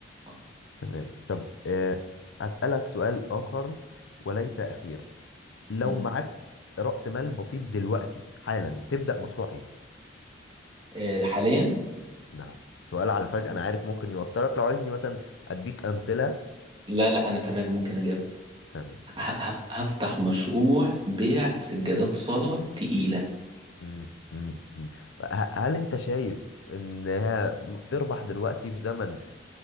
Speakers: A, on the right; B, on the left.
A: آه.
B: تمام طب آه أسألك سؤال آخر وليس أخير لو
A: مم.
B: معاك رأس مال بسيط دلوقتي حالا تبدأ مشروع إيه؟
A: آه حاليا
B: نعم سؤال على فجأة أنا عارف ممكن يوترك لو عايزني مثلا أديك أمثلة
A: لا لا انا تمام ممكن اجاوب
B: تمام
A: ه- هف- هفتح مشروع بيع سجادات صلاة تقيلة
B: مم. مم. مم. ه- هل انت شايف ان هي تربح دلوقتي في زمن